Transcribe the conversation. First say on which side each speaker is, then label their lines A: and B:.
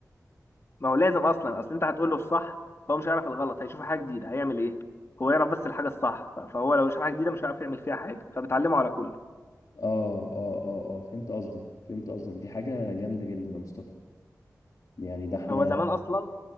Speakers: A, on the left; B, on the left.
A: ما هو لازم اصلا اصل انت هتقول له الصح هو مش هيعرف الغلط هيشوف حاجه جديده هيعمل ايه هو يعرف بس الحاجه الصح ف- فهو لو شاف حاجه جديده مش هيعرف يعمل فيها حاجه فبتعلمه على كله
B: اه اه اه اه فهمت قصدك فهمت قصدك دي حاجة جامدة جدا يا مصطفى يعني ده احنا
A: هو زمان اصلا